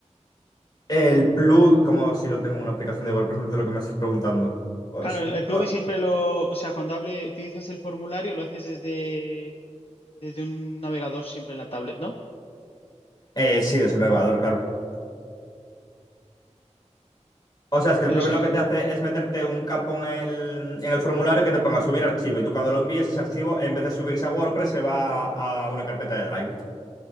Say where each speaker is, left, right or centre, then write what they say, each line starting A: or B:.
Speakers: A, on the left (about 35°); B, on the left (about 50°).
A: el plug, como si lo tengo en una aplicación de Google, de lo que me estás preguntando. O
B: Claro,
A: s-
B: el, el plugin
A: o-
B: siempre lo, o sea, cuando hable, utilizas el formulario, lo haces desde, desde un navegador siempre en la tablet, ¿no?
A: eh, sí, desde un navegador, claro. O sea, es que el
B: Pero
A: plugin
B: eso,
A: lo que te hace es meterte un campo en el, en el formulario que te ponga subir archivo y tú cuando lo envíes ese archivo, en vez de subirse a WordPress, se va a una carpeta de Drive.